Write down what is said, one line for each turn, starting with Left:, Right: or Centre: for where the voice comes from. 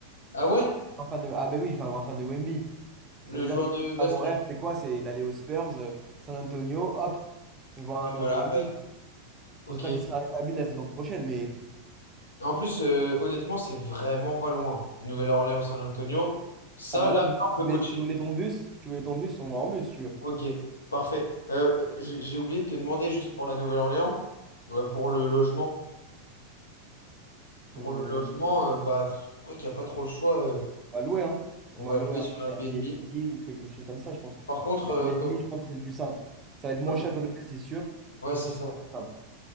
Left: Ah ouais?
Right: Grand fan de... Ah, ben oui, je suis un grand fan de Wemby.
Left: Le
Right: Ça veut dire
Left: joueur
Right: que
Left: de
Right: moi,
Left: basket?
Right: mon rêve, c'est quoi? C'est d'aller aux Spurs, euh, San Antonio, hop, je vais voir
Left: Bah,
Right: un match
Left: Voilà,
Right: de Wemby.
Left: bah, Ok.
Right: J'espère qu'il sera rétabli la saison prochaine. Mais
Left: En plus, euh, honnêtement, c'est vraiment pas loin. Nouvelle-Orléans, San Antonio. Ça,
Right: ah, bah
Left: là,
Right: là, du coup,
Left: on peut
Right: tu voulais,
Left: coacher.
Right: tu voulais ton bus, tu voulais ton bus, on va en bus, si tu veux.
Left: Ok, parfait. Euh, j'ai j'ai oublié de te demander juste pour la Nouvelle-Orléans, euh, pour le logement. Pour
Right: Hmm.
Left: le logement, euh, bah, pff, je crois qu'il n'y a pas trop le choix. euh,
Right: On va louer, hein. On
Left: on
Right: va
Left: va
Right: louer
Left: louer
Right: un
Left: sur Airbnb.
Right: Airbnb ou quelque chose comme ça, je pense.
Left: Par contre,
Right: Airbnb,
Left: euh, comme...
Right: je pense que c'est le plus simple. Ça va être moins
Left: comme-
Right: cher que l'hôtel, c'est sûr.
Left: Ouais,
Right: Et
Left: c'est
Right: je pense
Left: ça.
Right: que c'est le plus simple.